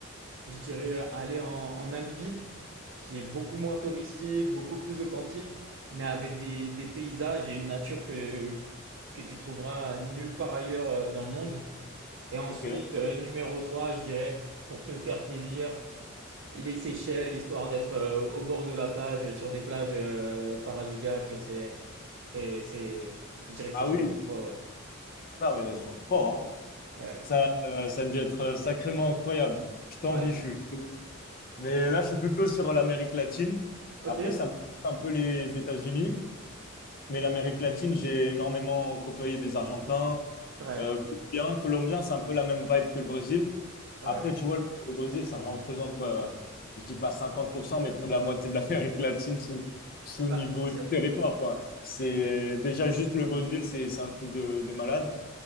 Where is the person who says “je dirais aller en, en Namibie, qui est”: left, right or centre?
Right